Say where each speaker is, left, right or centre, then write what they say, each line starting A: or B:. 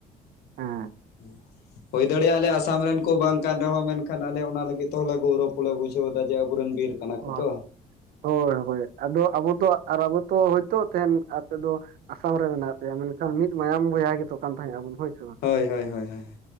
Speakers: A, on the right; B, on the left.
A: ᱦᱮᱸ᱾
B: ᱦᱩ᱾ᱸ ᱦᱳᱭ ᱫᱟᱲᱮᱭᱟᱜᱼᱟ ᱟᱞᱮ ᱟᱥᱟᱢ ᱨᱮᱱ ᱠᱚ ᱵᱟᱝ ᱠᱟᱱ ᱨᱮᱦᱚᱸ ᱢᱮᱱᱠᱷᱟᱱ ᱟᱞᱮ ᱚᱱᱟ ᱞᱟᱹᱜᱤᱫ ᱛᱮ ᱦᱚᱸᱞᱮ ᱜᱳᱣᱨᱚᱵ ᱠᱚᱞᱮ ᱵᱩᱡᱷᱟᱹᱣᱫᱟ, ᱡᱮ ᱟᱵᱩ ᱨᱮᱱ ᱵᱤᱨ ᱠᱟᱱᱟ
A: ᱦᱳᱭ
B: ᱠᱚ ᱛᱚ᱾
A: ᱦᱳᱭ ᱦᱳᱭ, ᱟᱫᱚ ᱟᱵᱚ ᱫᱚ ᱟᱨ ᱟᱵᱚ ᱛᱚ ᱦᱳᱭᱛᱚ ᱛᱮᱦᱮᱧ ᱟᱯᱮ ᱫᱚ ᱟᱥᱟᱢ ᱨᱮ ᱢᱮᱱᱟᱜ ᱯᱮᱭᱟ ᱢᱮᱱᱠᱷᱟᱱ ᱢᱤᱫ ᱢᱟᱭᱟᱢ ᱵᱚᱭᱦᱟ ᱜᱮ ᱛᱚ ᱠᱟᱱ ᱛᱟᱦᱮᱸᱜ ᱟᱵᱚᱱ ᱦᱳᱭ ᱥᱮ ᱵᱟᱝ
B: ᱦᱳᱭ ᱦᱳᱭ ᱦᱳᱭ ᱦᱳᱭ᱾